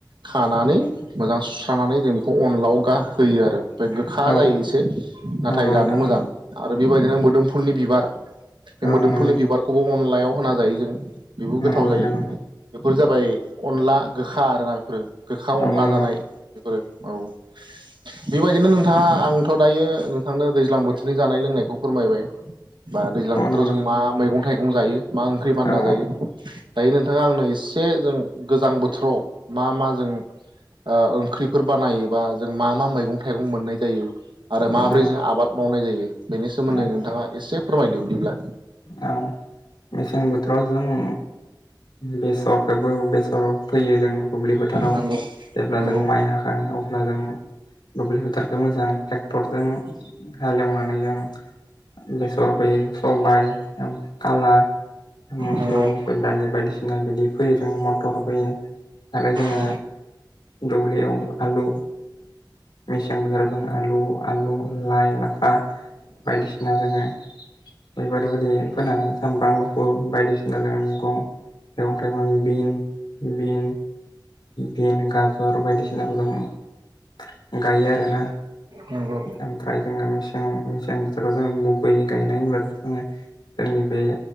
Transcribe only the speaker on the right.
खानानै मोजां सुस्रानानै जों बेखौ अनलाव गा होयो आरो। ओफ्राय गोखा
जायो एसे नाथाय
जानो
मोजां आरो बेबायदिनो मोदोमफुलनि बिबार बे
मोदोमफुलनि
बिबारखौबो अनलायाव होना जायो जों बेबो
गोथाव जायो।
बेफोर जाबाय अनला गोखा आरोना बेफोरो। गोखा अनला
जानाय बेफोरो औ। बेबायदिनो नोंथाङा आंथ' दायो नोंथांनो दैज्लां बोथोरनि जानाय लोंनायखौ फोरमायबाय। बा दैज्लां
बोथोराव
जों मा मैगं थाइगं जायो मा ओंख्रि बानना
जायो। दायो नोंथाङा आंनो एसे जों गोजां बोथोराव मा-मा जों ओ ओंख्रिफोर बानायो बा जों मा-मा मैगं थाइगं मोननाय जायो
आरो माबोरै जों आबाद मावनाय जायो बेनि
सोमोन्दै नोंथाङा एसे फोरमायदो बिदिब्ला।
नंगौ
नंगौ
नंगौ
औ
नंगौ